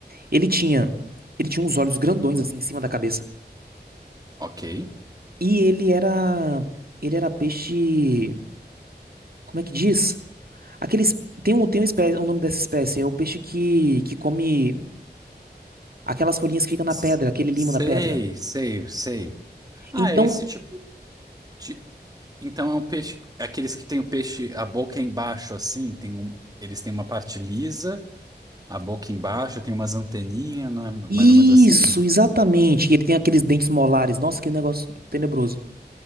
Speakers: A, on the right (about 60°); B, on the right (about 20°).
A: Ele tinha. Ele tinha uns olhos grandões assim em cima da cabeça.
B: Ok.
A: E ele era. Ele era peixe. Como é que diz? Aqueles. Tem um, tem uma espécie, o nome dessa espécie. É o peixe que, que come aquelas folhinhas que ficam na
B: S-
A: pedra, aquele limo
B: Sei,
A: na pedra.
B: sei, sei. Ah,
A: Então,
B: é esse tipo de... Então é um peixe... Aqueles que tem o peixe, a boca embaixo, assim, tem um... eles têm uma parte lisa, a boca embaixo, tem umas anteninhas, não é mais
A: Isso,
B: ou menos assim?
A: exatamente. E ele tem aqueles dentes molares. Nossa, que negócio tenebroso.